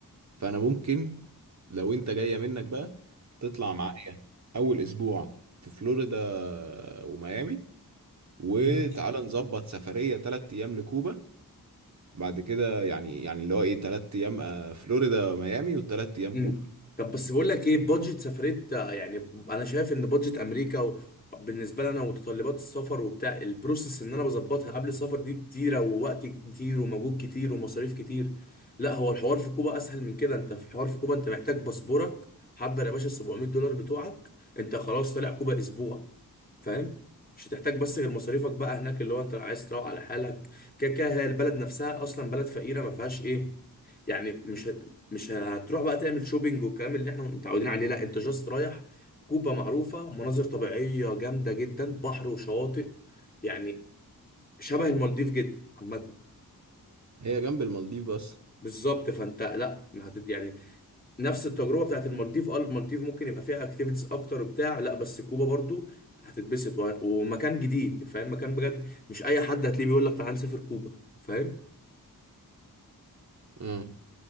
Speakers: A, on the right; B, on the left.
A: فانا ممكن لو انت جاية منك بقى تطلع معايا اول اسبوع في فلوريدا وميامي وتعالى
B: مم.
A: نظبط سفرية تلات ايام لكوبا بعد كده يعني يعني اللي هو ايه تلات ايام آه، فلوريدا ميامي وتلات ايام
B: امم
A: كوبا
B: طب بس بقول لك ايه بادجت سفريه آه، يعني انا شايف ان بادجت امريكا و- بالنسبه لنا ومتطلبات السفر وبتاع البروسيس ان انا بظبطها قبل السفر دي كتيره ووقت كتير ومجهود كتير ومصاريف كتير لا هو الحوار في كوبا اسهل من كده انت في حوار في كوبا انت محتاج باسبورك حضر يا باشا ال 700 دولار بتوعك انت خلاص طالع كوبا اسبوع فاهم مش هتحتاج بس غير مصاريفك بقى هناك اللي هو انت عايز تروح على حالك كده كده هي البلد نفسها اصلا بلد فقيره ما فيهاش ايه يعني مش مش هتروح بقى تعمل شوبينج والكلام اللي احنا متعودين عليه لا انت جاست رايح كوبا معروفة مناظر طبيعية جامدة جدا بحر وشواطئ يعني شبه المالديف جدا عامة
A: هي جنب المالديف بس
B: بالظبط فانت لا ما هت- يعني نفس التجربة بتاعت المالديف اه المالديف ممكن يبقى فيها اكتيفيتيز اكتر بتاع لا بس كوبا برضو هتتبسط و- ومكان جديد فاهم مكان بجد مش اي حد هتلاقيه بيقول لك تعال نسافر كوبا فاهم
A: اه